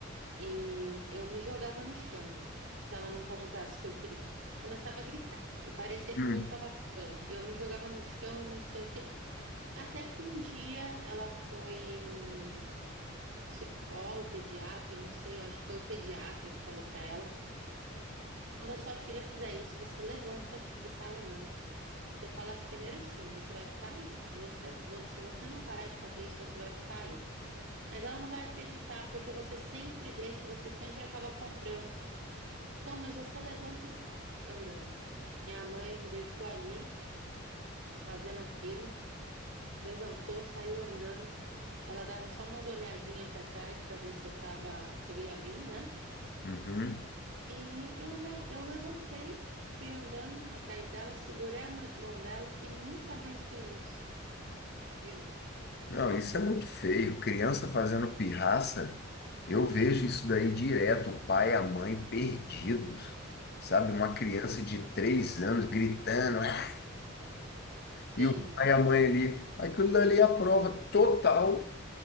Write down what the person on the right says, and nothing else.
e eu me jogava no chão, se ela não comprasse o que eu queria. Eu começava a gritar e parecia
que o mundo estava acabando. E eu me jogava no chão e não sei o quê. Até que um dia ela foi um psicólogo, pediatra, não sei, eu acho que foi o pediatra que falou pra ela, quando a sua filha fizer isso, você levanta e sai andando. Você fala as- primeiro assim, você vai ficar aí. Se você, vo- se você não parar de fazer isso, você vai ficar aí. Mas ela não vai acreditar, porque você sempre deixa e você sempre acaba comprando. Então, mas você levanta e sai andando. Minha mãe me deixou ali fazendo aquilo, levantou, saiu andando. Ela dava só umas olhadinhas para trás para ver se eu tava, se eu ia vir, né?
E eu, re- eu levantei, fui andando atrás dela, segurei a ma- mão dela e nunca mais fiz isso de novo.
Sim,